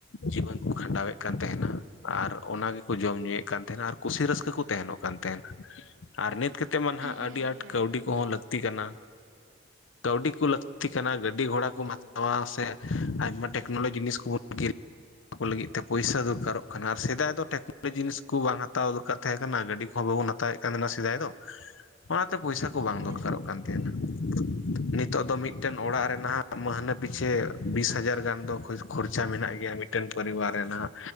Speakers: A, on the left (about 80°); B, on the right (about 75°).
A: ᱡᱤᱵᱚᱱ ᱠᱚ ᱠᱷᱟᱸᱰᱟᱣᱮᱫ ᱠᱟᱱ ᱛᱟᱦᱮᱱᱟ ᱟᱨ ᱚᱱᱟ ᱜᱮᱠᱚ ᱡᱚᱢ ᱧᱩᱭᱮᱫ ᱠᱟᱱ ᱛᱟᱦᱮᱱᱟ ᱟᱨ ᱠᱩᱥᱤ ᱨᱟᱹᱥᱠᱟᱹ ᱠᱚ ᱛᱟᱦᱮᱱᱚᱜ ᱠᱟᱱ ᱛᱟᱦᱮᱱᱟ ᱟᱨ ᱱᱤᱛ ᱠᱟᱛ ᱛᱮ ᱢᱟ ᱱᱟᱦᱟᱜ
B: ᱦᱮᱸ
A: ᱟᱹᱰᱤ ᱟᱸᱴ
B: ᱦᱮᱸ
A: ᱠᱟᱹᱣᱰᱤ ᱠᱚᱦᱚᱸ ᱞᱟᱹᱠᱛᱤ ᱠᱟᱱᱟ, ᱠᱟᱹᱣᱰᱤ ᱠᱚ ᱞᱟᱹ ᱛᱤ ᱠᱟᱱᱟ ᱜᱟᱹᱰᱤ ᱜᱷᱚᱲᱟ
B: ᱦᱩᱸ
A: ᱠᱚᱢ ᱦᱟᱛᱟᱣᱟ
B: ᱦᱩᱸ
A: ᱥᱮ ᱟᱭᱢᱟ ᱴᱮᱠᱱᱳᱞᱚᱡᱤ ᱡᱤᱱᱤᱥ ᱠᱚᱵᱚᱱ ᱠᱤᱨᱤᱧ ᱠᱚ ᱞᱟᱹᱜᱤᱫ ᱛᱮ ᱯᱚᱭᱥᱟ ᱫᱚᱨᱠᱟᱨᱚᱜ ᱠᱟᱱᱟ ᱟᱨ ᱥᱮᱫᱟᱭ ᱫᱚ <inaudible> ᱡᱤᱱᱤᱥ ᱠᱚ ᱵᱟᱝ ᱦᱟᱛᱟᱣ ᱫᱚᱨᱠᱟᱨ ᱛᱟᱦᱮᱸ ᱠᱟᱱᱟ, ᱜᱟᱹᱰᱤᱦᱚᱸ ᱵᱟᱵᱚᱱ ᱦᱟᱛᱟᱣᱮᱫ ᱠᱟᱱ ᱛᱟᱦᱮᱱᱟ ᱥᱮᱫᱟᱭ ᱫᱚ, ᱚᱱᱟᱛᱮ ᱯᱚᱭᱥᱟ ᱠᱚ ᱵᱟᱝ
B: ᱦᱳᱭ
A: ᱫᱚᱨᱠᱟᱨᱚᱜ
B: ᱦᱳᱭ
A: ᱠᱟᱱ ᱛᱟᱦᱮᱱᱟ, ᱱᱤᱛᱚᱜ ᱫᱚ ᱢᱤᱫᱴᱮᱱ ᱚᱲᱟᱜ ᱨᱮ ᱱᱟᱦᱟᱜ ᱢᱟᱹᱦᱱᱟᱹ ᱯᱤᱪᱷᱮ ᱵᱤᱥ ᱦᱟᱡᱟᱨ ᱜᱟᱱ ᱫᱚ ᱠᱷᱚ ᱠᱷᱚᱨᱪᱟ ᱢᱮᱱᱟᱜ ᱜᱮᱭᱟ ᱢᱤᱫᱴᱮᱱ ᱯᱚᱨᱤᱵᱟᱨ ᱨᱮᱱᱟᱜ᱾